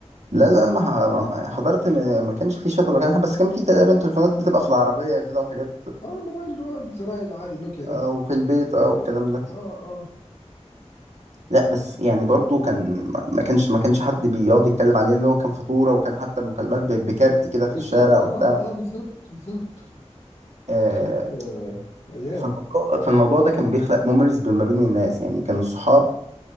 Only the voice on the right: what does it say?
لا لا ما ح- ما- ما-
حضرت ما ما كانش في شات ولا كان حاجة، بس كان في تقريبا تليفونات بتبقى في العربية كده وحاجات
او في البيت او الكلام ده
لا بس يعني برضو كان ما كانش ما كانش حد بيقعد يتكلم عليه ان هو كان فطوره وكان حتى المكالمات ب- بكارت كده في
الشارع وبتاع
آه،
فالموضوع فالموضوع ده كان بيخلق مميز ما بين الناس يعني كان الصحاب